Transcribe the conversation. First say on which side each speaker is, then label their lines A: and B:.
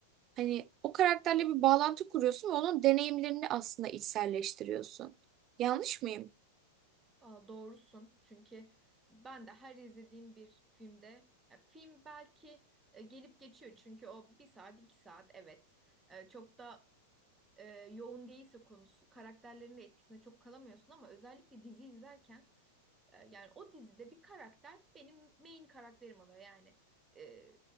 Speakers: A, on the right; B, on the right.
A: Hani o karakterle bir bağlantı kuruyorsun ve onun deneyimlerini aslında içselleştiriyorsun. Yanlış mıyım?
B: aa, doğrusun. Çünkü ben de her izlediğim bir filmde ya film belki e, gelip geçiyor. Çünkü o bir saat iki saat evet. E, çok da e, yoğun değilse konusu karakterlerin de etkisinde çok kalamıyorsun ama özellikle dizi izlerken E, Yani o dizide bir karakter benim main karakterim oluyor yani. E,